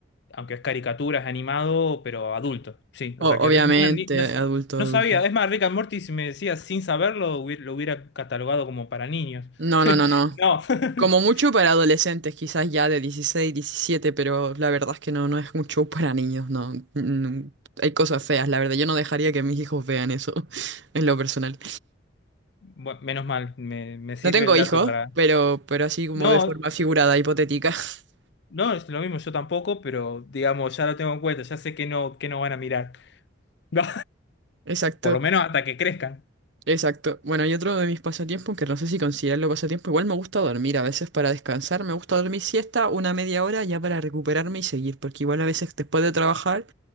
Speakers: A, on the left (about 65°); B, on the right (about 75°).
A: aunque es caricatura, es animado, pero adulto, sí,
B: O-
A: o sea que
B: obviamente,
A: mira, ni- no, s-
B: adulto,
A: no
B: adulto.
A: sabía, es más, Rick and Morty, si me decías sin saberlo, hubiera- lo hubiera catalogado como para niños.
B: No,
A: <laughs>
B: no, no, no.
A: No, <laughs>
B: Como mucho para adolescentes, quizás ya de dieciséis diecisiete pero la verdad es que no, no es un show para niños, no. Mm, Hay cosas feas, la verdad. Yo no dejaría que mis hijos vean eso, <laughs> en lo personal.
A: Bueno, menos mal, me, me sirve
B: No tengo
A: el
B: hijos,
A: dato para...
B: pero, pero así como
A: No,
B: de forma figurada, hipotética. <laughs>
A: no, es lo mismo, yo tampoco, pero digamos, ya lo tengo en cuenta, ya sé que no, que no van a mirar, <laughs> no,
B: Exacto,
A: por lo menos hasta que crezcan.
B: exacto. Bueno, y otro de mis pasatiempos, que no sé si considerarlo pasatiempo, igual me gusta dormir a veces para descansar, me gusta dormir siesta una media hora ya para recuperarme y seguir, porque igual a veces después de trabajar...